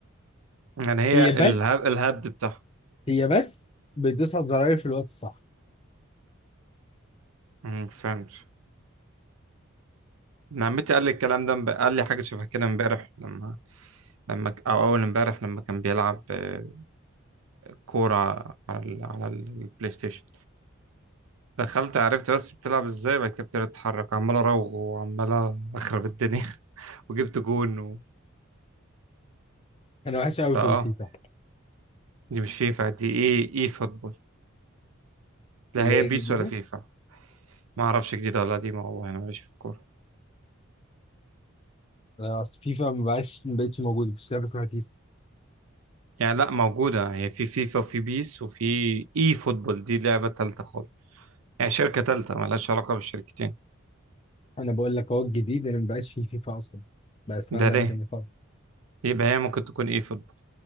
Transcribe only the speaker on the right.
يعني هي
الهاب الهبد بتاعها
أمم، فهمت ابن عمتي قال لي الكلام ده امب- قال لي حاجه شبه كده امبارح لما لما ك- او اول امبارح لما كان بيلعب آه، كوره على ال... على البلاي ستيشن دخلت عرفت بس بتلعب ازاي بعد كده ابتديت اتحرك عمال اراوغ وعمال اخرب الدنيا <laughs> وجبت جون و...
فاه
دي مش فيفا دي ايه ايه فوتبول لا
هي
بيس
ولا فيفا ما اعرفش جديده ولا قديمه والله انا ماليش في الكوره
يعني لا موجوده هي في فيفا وفي بيس وفي اي فوتبول دي لعبه تالته خالص يعني شركه تالته مالهاش علاقه بالشركتين
ده
ليه
يبقى هي ممكن تكون اي فوتبول